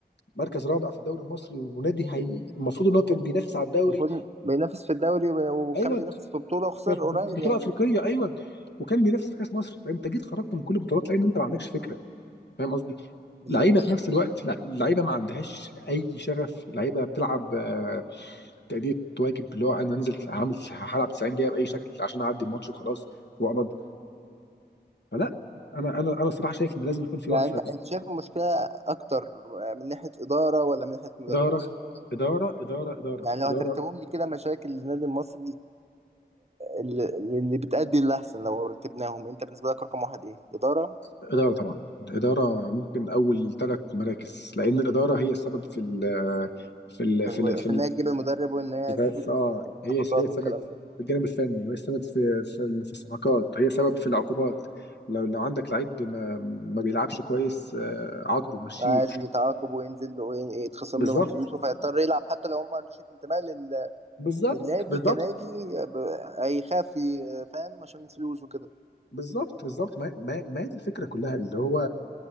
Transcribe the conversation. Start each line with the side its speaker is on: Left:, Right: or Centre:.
Left: مركز رابع في الدوري المصري ونادي هي المفروض ان هو كان بينافس على الدوري
Right: المفروض بينافس في الدوري وب- وكان
Left: ايوه
Right: بينافس في بطولة وخسر
Left: في
Right: قريب
Left: بطوله
Right: يعني
Left: افريقيه ايوه وكان بينافس في كاس مصر فانت جيت خرجت من كل البطولات لان انت ما عندكش فكره فاهم قصدي
Right: بالظبط
Left: لعيبه في نفس الوقت لا لعيبه ما عندهاش اي شغف لعيبه بتلعب آه، تأدية واجب اللي هو انا نزلت هعمل هلعب 90 دقيقه باي شكل عشان اعدي الماتش وخلاص واقبض فلا انا انا انا صراحه شايف ان لازم يكون في
Right: يعني
Left: وقفه
Right: انت انت شايف المشكلة اكتر من ناحية إدارة ولا من ناحية مدرب
Left: اداره اداره اداره اداره
Right: يعني لو
Left: اداره
Right: هترتبهم لي كده مشاكل النادي المصري اللي اللي بتأدي اللي أحسن لو رتبناهم أنت بالنسبة لك رقم واحد إيه؟ إدارة
Left: اداره طبعا الاداره ممكن اول ثلاث مراكز لان الاداره هي السبب في ال في ال في
Right: الم-
Left: ال في
Right: في
Left: ال
Right: إن هي تجيب المدرب وإن هي
Left: في-
Right: تجيب
Left: اه هي
Right: الصفقات
Left: هي السبب
Right: والكلام
Left: في
Right: ده
Left: الجانب الفني وهي السبب في في ال- في الصفقات هي سبب في العقوبات لو لو عندك لعيب ما ما بيلعبش كويس آه، عاقبه مشيه
Right: عادي يتعاقب وينزل له وين- يتخصم
Left: بالظبط
Right: له من فلوسه فيضطر يلعب حتى لو هو ما عندوش انتماء لل...
Left: بالظبط
Right: للنادي
Left: بالظبط
Right: كنادي ب- هيخاف ي- فاهم عشان فلوس وكده
Left: بالظبط بالظبط ما ما ما هي دي الفكره كلها اللي هو